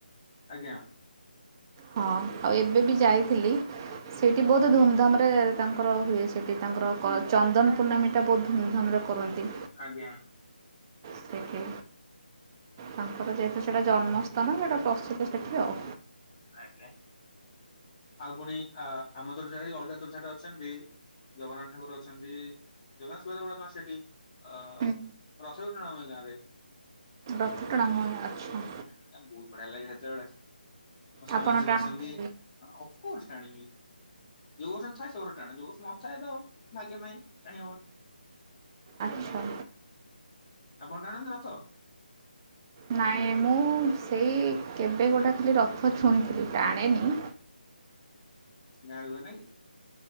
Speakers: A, on the left (about 35°); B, on the right (about 20°).
A: ଆଜ୍ଞା।
B: ହଁ ଆଉ ଏବେ ବି ଯାଇଥିଲି। ସେଇଠି ବହୁତ ଧୁମଧାମ ରେ ତାଙ୍କର ହୁଏ ସେଠି ତାଙ୍କର ଚନ୍ଦନ ପୂର୍ଣ୍ଣମୀ ଟା ବହୁତ ଧୁମଧାମ ରେ କରନ୍ତି।
A: ଆଜ୍ଞା।
B: ସେଠି ତାଙ୍କର ଯେହେତୁ ସେଟା ଜନ୍ମସ୍ଥାନ ସେଟା ପ୍ରସ୍ତୁତ ସେଠି ଆଉ।
A: ଆଜ୍ଞା। ଆଉ ପୁଣି ଆ ଆମ ତୁଠ ଛାଡ଼ି ଅଲଗା ତୁଠ ଠାରେ ଅଛନ୍ତି ଜଗନ୍ନାଥ ଠାକୁର ଅଛନ୍ତି। ଜଗନ୍ନାଥ ସୁଭଦ ବଡ ସେଠି, ଅ
B: ହୁଁ,
A: ରଥ ବି ଟଣା ହୁଏ ଗାଁରେ।
B: ରଥ ଟଣା ହୁଏ ଆଛା।
A: ଆ ବୋହୁତ୍ ବଢିଆ ଲାଗେ ସେତେବେଳେ। ମୋ ସାଙ୍ଗମାନେ
B: ଆପଣ
A: ସବୁ
B: ଟାଣନ୍ତି
A: ଆସନ୍ତି। ଅଫ୍କୋର୍ସ ଟାଣିବି। ଯୋଉ ବର୍ଷ ଥାଏ ସେ ବର୍ଷ ଟାଣେ। ଯୋଉ ବର୍ଷ ନ ଥାଏ ତ ଭାଗ୍ୟ ରେ ନାହିଁ ଟାଣି ହବନି।
B: ଆଚ୍ଛା।
A: ଆପଣ ଟାଣନ୍ତି ରଥ?
B: ନାଇଁ ମୁଁ ସେଇ କେବେ ଗୋଟେ ଖାଲି ରଥ ଛୁଇଁଥିଲି ଟାଣେନି।
A: ଗାଁରେ ହୁଏ ନାଇଁ କି?